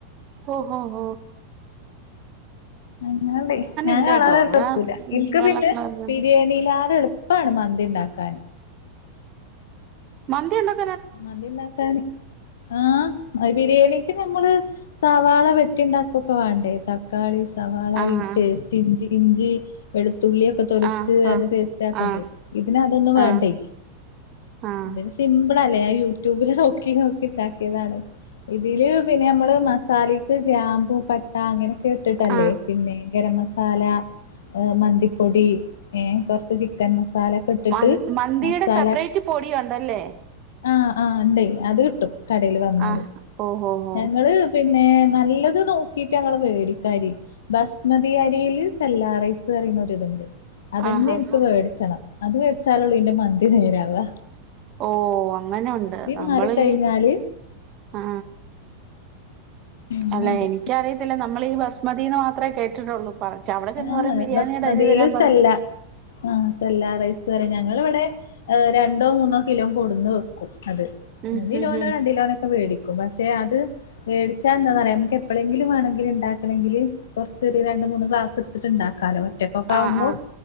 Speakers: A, on the right; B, on the left.
A: ഓ ഹ ഹ.
B: അങ്ങനണ്ടെ ഞാ
A: ഇല്ലാട്ടോ
B: <unintelligible>
A: ഇവിടെ ഉം
B: ഇൻക്ക്
A: വെള്ള
B: പിന്നെ
A: കളർ തന്നെ
B: ബിരിയാണീലാരും എളു ഇപ്പാണ് മന്തിണ്ടാക്കാന്
A: മന്തിണ്ടാ
B: മന്തിണ്ടാക്കാന് ആ ബിരിയാണിക്ക് നമ്മള് സവാള വെട്ടിണ്ടാക്കൊക്കെ വാണ്ടേ തക്കാളി സവാളായി
A: ആഹ്
B: പേസ്റ്റ് ഇഞ്ചി ഇഞ്ചി വെളു തുള്ള്യൊക്കെ തൊലച്ച്
A: ആഹ് ആഹ്
B: അത് പേസ്റ്റ് ആക്കണ്ടേ ഇതിനതൊന്നും വാണ്ടേ.
A: ആഹ് ആഹ് ആഹ്
B: ഇതിന് സിമ്പ്ളല്ലേ, ഞാൻ യൂട്യൂബില് നോക്കി നോക്കി ണ്ടാക്കിയതാണ്. ഇതില് പിന്നെ ഞമ്മള് മസാലക്ക് ഗ്രാമ്പൂ പട്ട അങ്ങനെ ഇട്ട്ട്ടല്ലേ
A: ആഹ്
B: പിന്നെ ഗരം മസാല മന്തിപ്പൊടി കൊറച്ച് ചി ക്കൻ മസാലക്കെട്ടിട്ട്
A: മ മന്തിയുടെ
B: മസാല
A: സെപ്പറേറ്റ് പൊടിയുണ്ടല്ലേ
B: ആഹ് ആ ണ്ടേ അത് കിട്ടും. കടേല് വന്നാല്
A: ആ ഓഹോ. ഹോ
B: ഞങ്ങള് പിന് ന്നെ നല്ലത് നോക്കിട്ടങ്ങള് വേടിക്കാരി ബസ്മതി അരീല് സെല്ലാറൈസ് ഇത്ണ്ട്, അതന്നെ
A: ആഹ്
B: ഇൻക്ക്
A: ആഹ്
B: മേടിച്ചണം അത് മേടിച്ചാലൊള്ളൂ ന്റെ മന്തി നേരാവാ.
A: ഓ അങ്ങനെണ്ട് നമ്മള്
B: മാറിക്കഴിഞ്ഞാല്
A: ഈ ആ.
B: അങ്ങനെണ്ട്
A: അല്ല എനിക്കറിയത്തില്ല നമ്മള് ഈ ബസ്മതീന്ന് മാത്രവേ കേട്ടിട്ടൊള്ളൂ പറ അവിടെ ചെന്ന്
B: ആ
A: പറയും ബിരിയാണിയുടെ
B: ബസ്മതിയില്
A: അരി തരാൻ പറയും
B: സെല്ല, ആ സെല്ലാറൈസ് ഞങ്ങളവ്ടെ ഹ് രണ്ടോ മൂന്നോ കിലോ കൊടുന്ന് വെക്കൂ അത്,
A: ഉം
B: മൂന്നിലോനോ
A: ഉം ഉം
B: രണ്ടിലോനൊക്കെ മേടിക്കും പശെ മേടിച്ചാ എന്താന്നറിയാേ അമ്മക്ക് എപ്പോളെങ്കിലും വേണെങ്കില് ണ്ടാക്കണമെങ്കിൽ കൊറച്ചൊര് രണ്ട് മൂന്ന് ക്ലാസ് എടുത്ത്ട്ട്ണ്ടാക്കാലോ ഒറ്റക്കെക്കാവുമ്പോ
A: ആഹ് ആഹ്